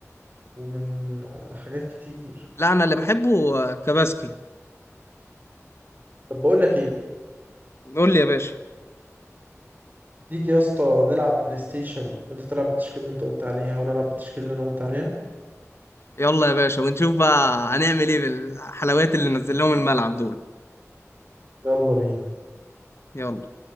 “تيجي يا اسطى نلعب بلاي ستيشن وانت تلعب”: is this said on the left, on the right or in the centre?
Right